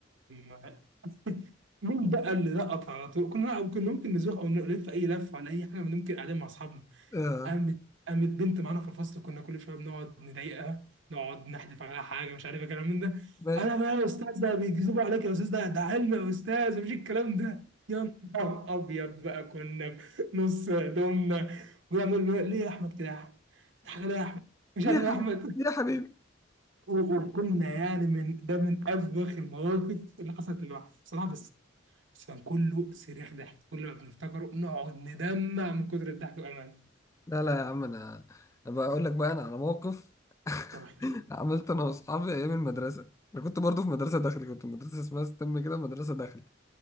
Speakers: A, on the right; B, on the left.
A: ما- مين بقى اللي لقط على طول؟ كنا كنا ممكن نزوق أو نلف أي لفة ولا أي حاجة ممكن قاعدين مع أصحابنا
B: اه
A: قامت قامت بنت معانا في الفصل كنا كل شويه بنقعد نضايقها نقعد نحدف عليها حاجه مش عارف ايه كلام من ده
B: ماشي
A: انا بقى يا استاذ ده بيكذبوا عليك يا استاذ ده ده علم يا استاذ مفيش الكلام ده يا نهار ابيض بقى كنا في نص هدومنا ويعمل ليه يا احمد كده يا احمد حاجه ليه يا احمد مش
B: ليه
A: عارف
B: يا حبيبي
A: يا احمد
B: ليه يا حبيبي
A: و- وكنا يعني من ده من افوخ المواقف اللي حصلت للواحد بصراحه بس بس كان كله صريخ ضحك كل ما بنفتكره نقعد ندمع من كتر الضحك بامانه
B: لا لا يا عم انا أبقى اقول لك بقى انا على موقف <laughs>
A: طب احكي لي.
B: عملت انا واصحابي ايام المدرسة انا كنت برضو في مدرسة داخلي كنت في مدرسة اسمها ستم كده مدرسة داخلي